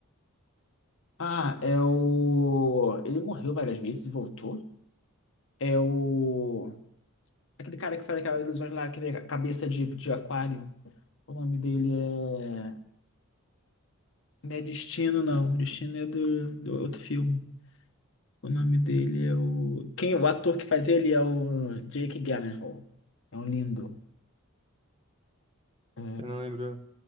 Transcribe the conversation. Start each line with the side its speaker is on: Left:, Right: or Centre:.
Left: Ah, é o. Ele morreu várias vezes e voltou. É o. Aquele cara que faz aquelas ilusões lá, aquele cabeça de, de aquário. O nome dele é. Não é Destino, não. Destino é do, do outro filme. O nome dele é o. Quem, o ator que faz ele é o Jake Gyllenhaal. É um lindo. É,
Right: Você não lembrou?